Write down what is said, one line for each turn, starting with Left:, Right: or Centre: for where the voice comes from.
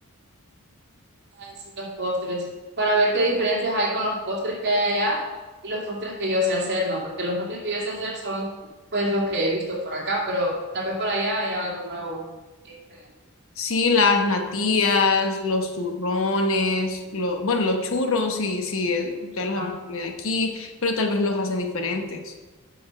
Right: Ay, sí, los postres. Para ver qué diferencias hay con los postres que hay allá y los postres que yo sé hacer, ¿no? Porque los postres que yo sé hacer son, pues, los que he visto por acá, pero tal vez por allá haya algo nuevo y diferente.
Left: Sí, las natillas, los turrones, lo- bueno, los churros, sí, sí, eh, ya los
Right: Ah,
Left: hemos comido aquí, pero tal vez los hacen diferentes.